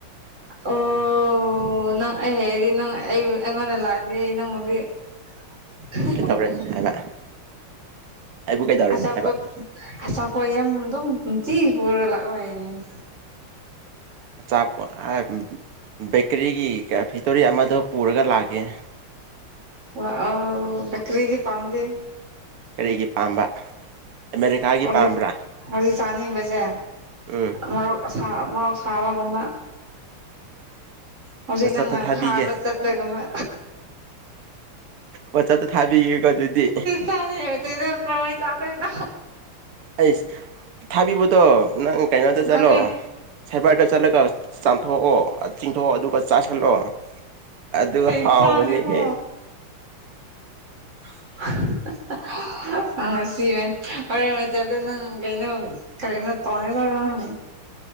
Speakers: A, on the right (about 35°); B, on the right (about 85°).
A: ꯑꯣ ꯅꯪ ꯑꯩ ꯍꯩꯗꯤ ꯅꯪ ꯑꯩꯕꯨ ꯑꯩꯉꯣꯟꯗ ꯂꯥꯛ <unintelligible>
B: ꯀꯩꯗꯧꯔꯅꯤ ꯍꯥꯏꯕ ꯑꯩꯕꯨ ꯀꯩꯗꯧꯔꯅꯤ
A: ꯑꯆꯥꯄꯣꯠ
B: ꯍꯥꯏꯕ
A: ꯑꯆꯥꯄꯣꯠ ꯌꯥꯝ ꯑꯗꯨꯝ ꯅꯨꯡꯇꯤ ꯄꯨꯔꯥ ꯂꯥꯛꯑꯣ ꯍꯥꯏꯕꯅꯦ
B: ꯑꯆꯥꯄꯣꯠ <unintelligible> ꯕꯦꯀ꯭ꯔꯤꯒꯤ ꯐꯦꯛꯇꯣꯔꯤ ꯑꯃꯗꯣ ꯄꯨꯔꯒ ꯂꯥꯛꯒꯦ
A: ꯂꯥꯛꯑꯣ ꯕꯀ꯭ꯔꯤꯗꯤ ꯄꯥꯝꯗꯦ
B: ꯀꯔꯤꯒꯤ ꯄꯥꯝꯕ ꯑꯃꯦꯔꯤꯀꯥꯒꯤ
A: ꯍꯧꯖꯤꯛ
B: ꯄꯥꯝꯕ꯭ꯔꯥ
A: ꯍꯧꯖꯤꯛ ꯆꯥꯅꯤꯡꯕꯁꯦ
B: ꯎꯝ
A: ꯃꯔꯣꯛ ꯑꯁꯥꯕ ꯔꯣꯛ ꯑꯁꯥꯕꯒꯨꯝꯕ ꯍꯧꯖꯤꯛ
B: ꯋꯥꯆꯞꯇ
A: ꯅꯪꯅ
B: ꯊꯥꯕꯤꯒꯦ
A: ꯐꯥꯕ ꯆꯠꯄꯒꯨꯝꯕ
B: ꯋꯥꯆꯞꯇ ꯊꯥꯕꯤꯒꯦꯀꯣ ꯑꯗꯨꯗꯤ
A: <unintelligible> ꯀ꯭ꯔꯥꯃꯥꯏ ꯆꯥꯗꯣꯏꯅꯣ
B: ꯑꯩꯁ ꯊꯥꯕꯤꯕꯗꯣ ꯅꯪ ꯀꯩꯅꯣꯗ ꯆꯠꯂꯣ
A: ꯈꯪꯉꯦ
B: ꯁꯥꯏꯕꯔꯗ ꯆꯠꯂꯒ ꯆꯥꯝ ꯊꯣꯛꯑꯣ ꯆꯤꯡꯊꯣꯛꯑꯣ ꯑꯗꯨꯒ ꯆꯥꯁꯤꯜꯂꯣ ꯑꯗꯨ
A: ꯆꯩ
B: ꯍꯥꯎꯕꯅꯤꯍꯦ
A: ꯆꯥꯅꯤꯀꯣ <unintelligible> ꯁꯤꯏ ꯍꯣꯔꯦꯟ ꯋꯥꯆꯞꯇ ꯅꯪ ꯀꯩꯅꯣ ꯀꯔꯤꯅꯣ ꯇꯧꯅꯤꯀꯣ ꯅꯪ